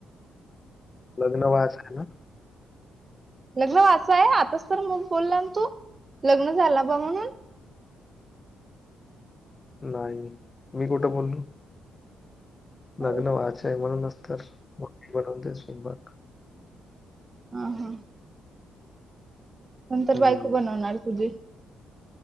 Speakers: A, on the left; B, on the right.
A: लग्न वास आहे ना.
B: लग्न व्हायचंय आहे, आताच तर मग बोलला ना तू, लग्न झाला बा म्हणून.
A: नाही मी कुठं बोललो.
B: हो.
A: लग्न व्हायचय म्हणूनच तर मम्मी बनवते स्वयंपाक.
B: हा, हा! नंतर
A: हं.
B: बायको बनवणार तुझी,